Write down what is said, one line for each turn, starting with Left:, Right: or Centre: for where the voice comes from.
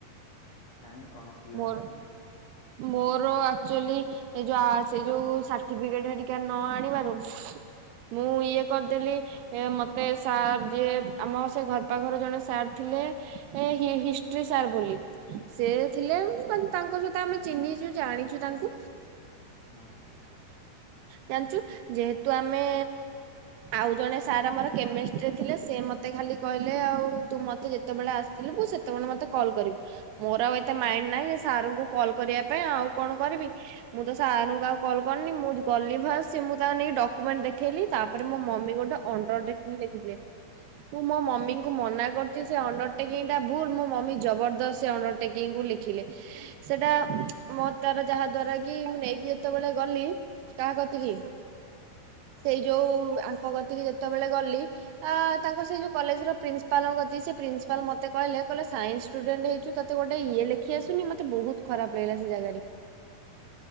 Left: କାହିଁ, କଣ ଅସୁବିଧା
Right: ମୋର
Left: ହେଲା କି?
Right: ମୋର ଆକଚୁଲି, ଯଉ ସେ ଯୋଉ ସାର୍ଟିଫିକେଟ ହେରିକା ନ ଆଣିବାରୁ ମୁଁ ଇଏ କରିଦେଲି, ମତେ ସାର୍ ଯ, ଆମ ସେ ଘର ପାଖରେ ଜଣେ ସାର୍ ଥିଲେ ହିଷ୍ଟ୍ରି ସାର୍ ବୋଲି, ସେ ଥିଲେ ତାଙ୍କ ସହିତ ଆମେ ଚିହ୍ନିଛୁ ଜାଣିଛୁ ତାଙ୍କୁ।
Left: ହଁ
Right: ଜାଣିଛୁ, ଯେହେତୁ ଆମେ ଆଉ ଜଣେ ସାର୍ ଆମର କେମେଷ୍ଟ୍ରିର ଥିଲେ ସେ ମତେ ଖାଲି କହିଲେ ଆଉ ତୁ ମତେ ଯେତେବେଳେ ଆସ ସେତେବେଳେ ମତେ କଲ୍ କରିବୁ, ମୋର ଆଉ ଏତେ ମାଇଣ୍ଡ ନାହିଁ ଯେ ସାର୍ ଙ୍କୁ କଲ୍ କରିବା ପାଇଁ ଆଉ କଣ କରିବି ମୁଁ ତ ସାରଙ୍କୁ କୁ କଲ୍ କରିନି ମୁଁ ଗଲି ଫାଷ୍ଟ ସିଏ ମୁଁ ତାଙ୍କୁ ନେଇ ଡକ୍ୟୁମେଣ୍ଟ ଦେଖେଇଲି, ତାପରେ ମୋ ମମି ଗୋଟେ ଅଣ୍ଡର ଲେ, ମୁଁ ମୋ ମମିଙ୍କୁ ମନା କରୁଛି ସେ ଅଣ୍ଡର ଅଣ୍ଡରଟେକିଙ୍ଗଟା ଭୁଲ ମୋ ମମି ଜବରଦସ୍ତ୍ ସେ ଅଣ୍ଡରଟେକିଂ କୁ ଲେଖିଲେ, ସେଟା ମୋ ତାର ଯାହା ଦ୍ଵାରା କି ମୁଁ ନେଇକି ଯେତେବେଳେ ଗଲି କାହା କତିକି ସେଇ ଯୋଉ ଆଙ୍କ କତିକି ଯେତେବେଳେ ଗଲି ଆ ତାଙ୍କ ସେଇ ଯୋଉ କଲେଜ ର ପ୍ରିନ୍ସପାଲ ତାଙ୍କ ସେ ପ୍ରିନସ୍ପାଲ ମତେ କହିଲେ, ସାଇନ୍ସିନ୍ ଷ୍ଟୁଡେଣ୍ଟ ହେଇଚୁ ତତେ ଗୋଟେ ଇଏ ଲେଖି ଆସୁନି ମତେ ବହୁତ- ଖରାପ ଲାଗିଲା ସେ ଜାଗାରେ।